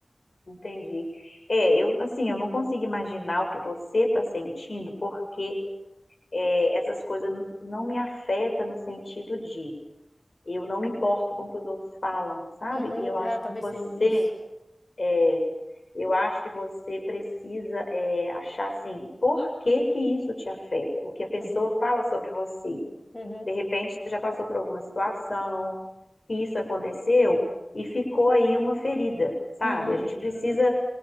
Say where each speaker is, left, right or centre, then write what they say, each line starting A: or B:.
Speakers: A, on the left (about 70°); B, on the left (about 35°).
A: entendi. É, eu, assim, eu não consigo imaginar o que você está sentindo, porque é, essas coisas n- não me afetam no sentido de eu não me importo com o que os outros falam, sabe?
B: Uhum,
A: E eu acho
B: é,
A: que
B: talvez
A: você
B: seja isso.
A: É, Eu acho que você precisa é, achar assim, por que que isso te afeta? O que a pessoa
B: Uhum,
A: fala sobre você?
B: uhum,
A: De repente, você já passou por alguma situação, e isso aconteceu e ficou aí uma ferida, sabe?
B: uhum.
A: A gente
B: uhum.
A: precisa